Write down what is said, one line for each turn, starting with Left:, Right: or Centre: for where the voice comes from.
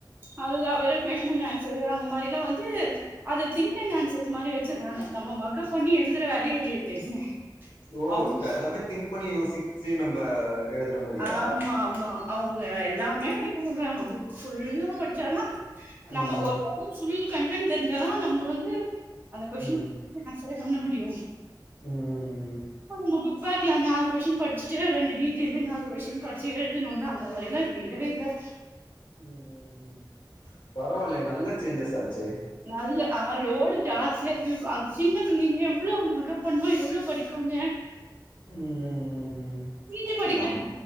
Right: அதுதா வெறு கொஷ்டி அண்ட் ஆன்சரு அந்த மாரி எல்லா வந்து அது திங்க் அண்ட் ஆன்சர்ஸ் மாரி வச்சறாங்க நம்ம மக்கப் பண்ணி எழுதுற வேலையே இல்ல இப்ப எதுமே
Left: ஓ
Right: அவங்க
Left: இப்ப எல்லாமே திங்க் பண்ணி யோசிச்சு நம்ம எழுதுற மாரியா
Right: ஆமா ஆமா அவங்க எல்லாமே படிக்க சொல்றாங்க புக் ஃபுல்லா படிச்சாதா நம்ம
Left: ம்
Right: ஒரு ம் ஃபுல் கண்டன்ட் தெரிஞ்ச தா நம்ம வந்து அந்த கொஷிடின்
Left: ம் ம்
Right: ஆன்சரே பண்ண முடியு
Left: ம் ம்
Right: இப்ப நம்ம புக் பேக்ல நால கொஸின் படிச்சுட்டு ரெண்டு டீடெயலு நாலு கொஸ்டின் படிச்சு எழுதணுல அந்த மாதிரிலா இல்லவே இல்ல
Left: ம் ம் ம் பரவாயில்லைய நல்ல சேஞ்சஸ் ஆச்சே
Right: நல்ல ஆ லோடு ஜாஸ்தியா இருக்கு அந்த சின்ன பிள்ளைங்க எவ்வளோ மகப் பண்ணுவோ எவ்வளோ படிக்குங்க
Left: ம் ம் ம் ம்
Right: கே ஜி படிக்க
Left: நம்